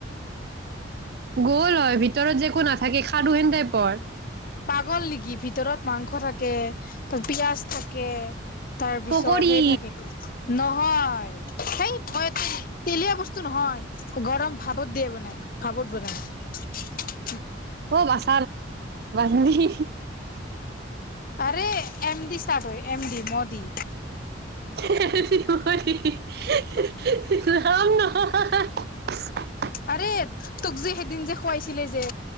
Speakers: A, on the right (about 55°); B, on the left (about 50°).
A: গুল নহয় ভিতৰত যে একো নাথাকে সাধু হেন টাইপৰ
B: পাগল নেকি ভিতৰত মাংস থাকে তাত পিয়াজ থাকে কে তাৰপিছত
A: পকৰী
B: সেই থাকে নহয় সেই মই এ তেলীয়া বস্তু নহয় গৰম ভাপত দিয়ে বনাই ভাপত বনাই
A: অ বাস <unintelligible>
B: আৰে এম ডি ষ্টাৰ্ট হয় এম ডি মদি
A: ৰাম নহয় <unintelligible>
B: আৰে তোক যে সেইদিন যে খুৱাইছিলে যে